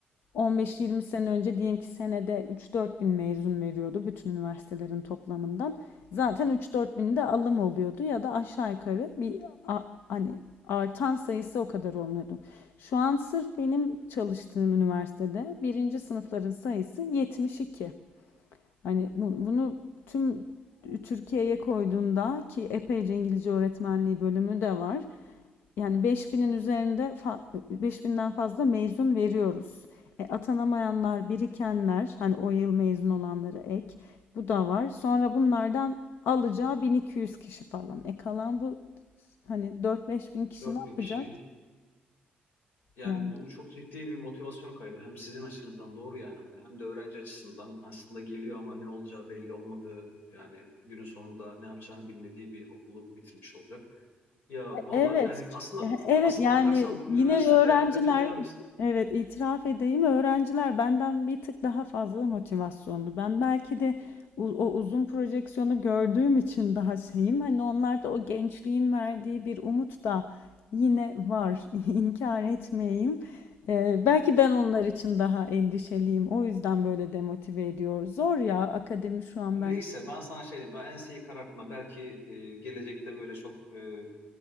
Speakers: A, on the left; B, on the left.
A: 15-20 sene önce diyelim ki senede 3-4 bin mezun veriyordu bütün üniversitelerin toplamından. Zaten 3-4 bin de alım oluyordu ya da aşağı yukarı bir a- hani artan sayısı o kadar olmuyordu. Şu an sırf benim çalıştığım üniversitede birinci sınıfların sayısı 72. Hani bu- bunu tüm Türkiye'ye koyduğunda ki epeyce İngilizce öğretmenliği bölümü de var. Yani 5000'in üzerinde fa- 5000'den fazla mezun veriyoruz. E, atanamayanlar, birikenler, hani o yıl mezun olanlara ek bu da var. Sonra bunlardan alacağı 1200 kişi falan. E kalan bu hani 4-5 bin kişi
B: 4000
A: ne yapacak?
B: kişi. Yani
A: Yani
B: bu çok ciddi bir motivasyon kaybı. Hem sizin açınızdan doğru yani hani hem de öğrenci açısından aslında geliyor ama ne olacağı belli olmadığı yani günün sonunda ne yapacağını bilmediği bir okulu bitirmiş olacak. Ya valla
A: Evet,
B: yani
A: ç-
B: aslında
A: e- evet
B: aslında
A: yani
B: bakarsan bu
A: yine
B: üniversitede
A: öğrenciler
B: akademi camiası
A: evet itiraf edeyim öğrenciler benden bir tık daha fazla motivasyonlu. Ben belki de u- o uzun projeksiyonu gördüğüm için daha şeyim. Hani onlarda o gençliğin verdiği bir umut da yine var. <laughs> İnkar etmeyeyim. Ee, belki ben onlar için daha endişeliyim. O yüzden böyle demotive ediyor. Zor ya akademi şu an
B: neyse ben sana şey diyeyim ya enseyi karartma belki e, gelecekte böyle çok e,